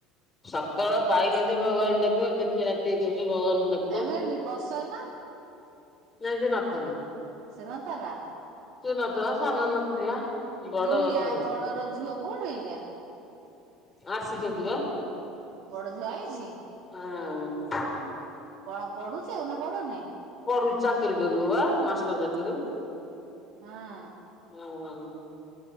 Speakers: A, on the left; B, on the right.
A: ସକାଳ ପାଇଲେ ସେ ଭଗବାନ କୁ ଡାକିବ ଆଉ ଯେତେ ରାତି ହେଇଥାଉ ସେ ଭଗବାନ ଙ୍କୁ
B: <inaudible>
A: ସେମତି ନଥିଲା।
B: ଆସି ନଥିଲା।
A: ସେ ନଥିଲା ସାନ ନଥିଲା। ବଡ
B: ମୁଁ କହିଲି ୟା
A: ଥିଲା।
B: ବଡର ଝୁଅ କୋଉଠି ହେଇଗା?
A: ଆସିଛନ୍ତି ବା।
B: ବଡ ଝୁଅ ଆଇଛି?
A: ହୁଁ।
B: କଣ ପଢୁଛୁ ନା ପଢୁନୁ?
A: ପଢୁଛି ଚାକିରି କରିବ ପା ମାଷ୍ଟର ଚାକିରି।
B: ହଁ।
A: ହଁ ହଁ